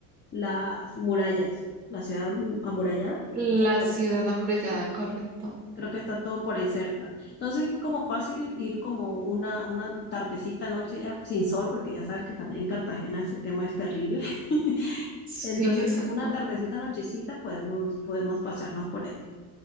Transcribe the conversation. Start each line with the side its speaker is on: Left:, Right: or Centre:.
Left: las murallas, la ciudad amu- amurallada.
Right: La
Left: Las tantas-
Right: ciudad amurallada, correcto.
Left: Creo que está todo por ahí cerca. Entonces es como fácil ir como una, una tardecita, noche ya sin sol, porque ya sabes que también en Cartagena ese tema es terrible. <laughs>
Right: Sí,
Left: Entonces
Right: exacto.
Left: una tardecita, nochecita podemos, podemos pasearnos por ahí.